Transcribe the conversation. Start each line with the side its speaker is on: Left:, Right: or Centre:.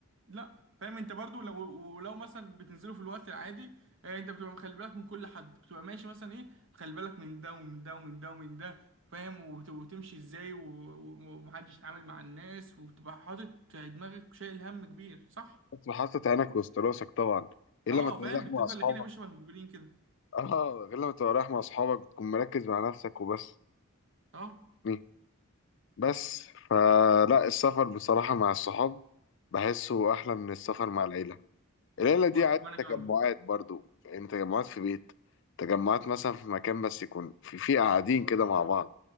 Right: لا فاهم انت برضو لو ولو مثلا بتنزلوا في الوقت العادي آه، انت بتبقى مخلي بالك من كل حد بتبقى ماشي مثلا ايه مخلي بالك من ده ومن ده ومن ده ومن ده فاهم وت- وتمشي ازاي و- و- ومحدش يتعامل مع الناس وتبقى حاطط في دماغك شايل هم كبير صح
Left: انت حاطط عينك وسط راسك طبعا غير
Right: اه
Left: لما تبقى
Right: فاهم
Left: رايح
Right: بتفضل
Left: مع اصحابك
Right: لكن ماشي مع المجبرين كده
Left: اه غير لما تبقى رايح مع اصحابك بتكون مركز مع نفسك وبس
Right: اه
Left: مي. بس فلا السفر بصراحه مع الصحاب بحسه احلى من السفر مع العيله العيله دي
Right: و-
Left: عايزه
Right: وانا
Left: تجمعات
Right: كمان
Left: برضو يعني تجمعات في بيت تجمعات مثلا في مكان بس يكون في في قاعدين كده مع بعض